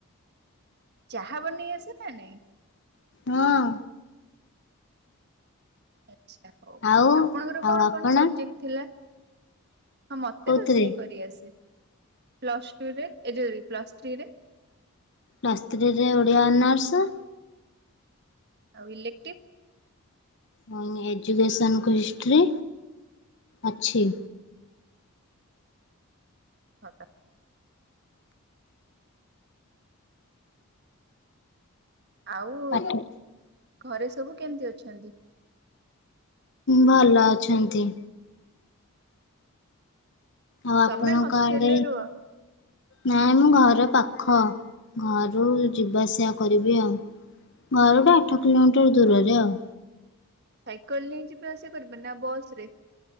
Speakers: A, on the right; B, on the left.
A: ଚାହା ବନେଇ ଆସେ ନା ନାଇଁ।
B: ହଁ
A: ଆଛା ହଉ
B: ଆଉ
A: ଆପଣଙ୍କର କଣ
B: ଆଉ ଆପଣ
A: କଣ ସବଜେକ୍ଟ ଥିଲା? ହଁ ମତେ
B: କୋଉଥିରେ?
A: ରୋଷେଇ କରିଆସେ ପ୍ଲସ ଟୁରେ ଏ ଯ ପ୍ଲସ୍ ଥ୍ରୀରେ
B: କ୍ଲାସ୍ ଥ୍ରୀରେ ଓଡ଼ିଆ ଅନର୍ସ।
A: ଆଉ ଇଲେକ୍ଟିଭ?
B: ମୁ ଏଜୁକେସନ୍ କୁ ହିଷ୍ଟ୍ରି ଅଛି।
A: ହ। ଆଉ
B: ପାଠ
A: ଘରେ ସବୁ କେମିତି ଅଛନ୍ତି?
B: ଭଲ ଅଛନ୍ତି। ଆଉ ଆପଣଙ୍କ
A: ତମେ ହଷ୍ଟେଲରେ
B: ଆଡ଼େ
A: ରୁହ
B: ନାଇଁ ମୁଁ ଘର ପାଖ ଘରୁ ଯିବା ଆସିବା କରିବି ଆଉ। ଘରକୁ ଆଠ କିଲୋମିଟର ଦୂରରେ ଆଉ
A: ସାଇକେଲ ନେଇ ଯିବେ ଆସିଵା କରିବେ ନା ବସରେ?